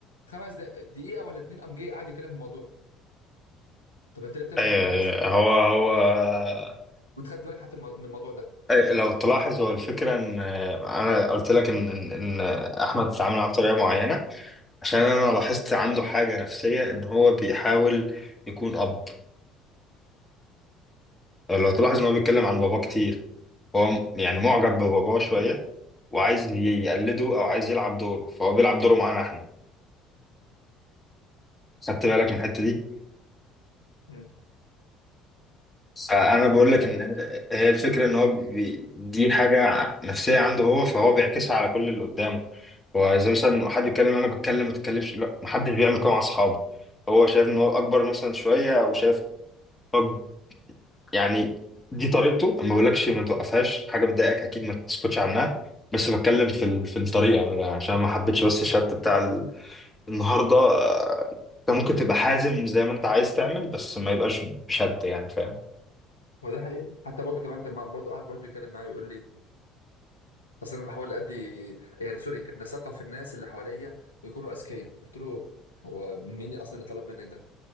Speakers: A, on the left; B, on the left.
A: خمس دق- دقيقة ولا اتنين قام جاي قاعد يتكلم في الموضوع طب انت ليه بتعمل
B: آه،
A: الحركات دي اصلا
B: هو هو آه،
A: وانت خدت بالك حتى من الموضوع ده
B: آه، لو تلاحظ هو الفكرة ان آه، انا قلت لك ان ان إن احمد اتعامل معاه بطريقة معينة عشان انا لاحظت عنده حاجة نفسية ان هو بيحاول يكون اب لو تلاحظ ان هو بيتكلم عن باباه كتير هو م- يعني معجب بباباه شوية وعايز يقلده او عايز يلعب دوره فهو بيلعب دوره معانا احنا خدت بالك من الحتة دي
A: مم.
B: فانا بقول
A: انا
B: لك ان هي الفكره ان هو بي دي حاجه نفسيه عنده هو فهو بيعكسها على كل اللي قدامه هو زي مثلا حد يتكلم انا بتكلم ما تتكلمش لا محدش بيعمل كده مع اصحابه هو شايف ان هو اكبر مثلا شويه او شايف طب يعني دي طريقته أنا ما بقولكش ما توقفهاش حاجه بتضايقك اكيد ما تسكتش عنها بس بتكلم في ال- في الطريقه أنا عشان ما حبيتش بس الشد بتاع ال- النهارده آه، انت ممكن تبقى حازم زي ما انت عايز تعمل بس ما يبقاش بشد يعني فاهم
A: هو ده حقيقي حتى برضه كمان كان مع- برضه قاعد برضه يتكلم معايا ويقول لي اصل انا بحاول ادي يعني سوري ان اثقف الناس اللي حواليا ويكونوا اذكياء قلت له هو مين اللي اصلا اللي طلب منك ده